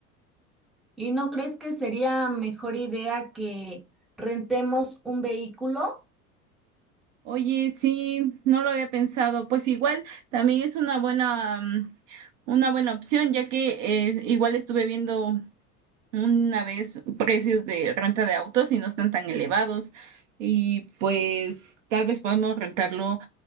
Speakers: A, in the centre; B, on the right.
A: ¿Y no crees que sería mejor idea que rentemos un vehículo?
B: Oye, sí, no lo había pensado. Pues igual también es una buena, mm, una buena opción, ya que eh, igual estuve viendo una vez precios de renta de autos y no están tan elevados. Y pues tal vez podemos rentarlo